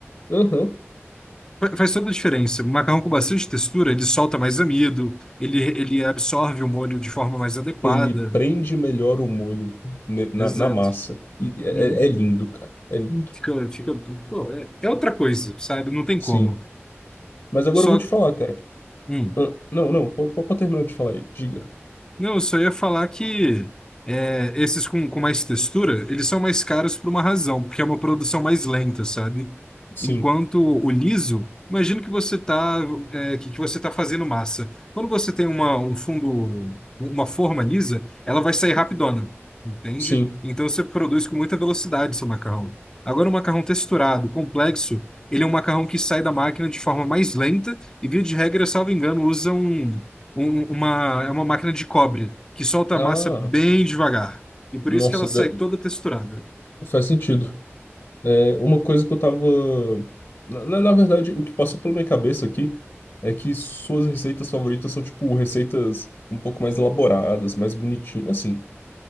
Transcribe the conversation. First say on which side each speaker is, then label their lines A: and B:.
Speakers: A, on the left (about 65°); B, on the left (about 15°).
A: Aham.
B: Fa- Faz toda a diferença. O macarrão com bastante textura, ele solta mais amido, ele, ele absorve o molho de forma mais adequada.
A: Ele prende melhor o molho ne- na,
B: Exato.
A: na massa. E é,
B: Uhum.
A: é é lindo, cara. É lindo.
B: Fica, fica, pô, é, é outra coisa, sabe? Não tem como.
A: Sim. Mas agora
B: Só.
A: eu vou te falar, cara.
B: hum.
A: Ah, Não, não, pode terminar de falar aí. Diga.
B: Não, eu só ia falar que é, esses com, com mais textura, eles são mais caros por uma razão, porque é uma produção mais lenta, sabe?
A: Sim,
B: Enquanto o liso, imagino que você tá, é, que, que você tá fazendo massa. Quando você tem uma, um fundo, uma forma lisa, ela vai sair rapidona, entende?
A: sim.
B: Então você produz com muita velocidade seu macarrão. Agora, o macarrão texturado, complexo, ele é um macarrão que sai da máquina de forma mais lenta e, via de regra, salvo engano, usam um- um, uma, é uma máquina de cobre que solta a
A: Ah,
B: massa bem devagar. E por
A: nossa,
B: isso que ela sai
A: de-
B: toda texturada.
A: faz sentido. É, uma coisa que eu tava. Na, na na verdade, o que passa pela minha cabeça aqui é que suas receitas favoritas são, tipo, receitas um pouco mais elaboradas, mais bonitinhas. Assim,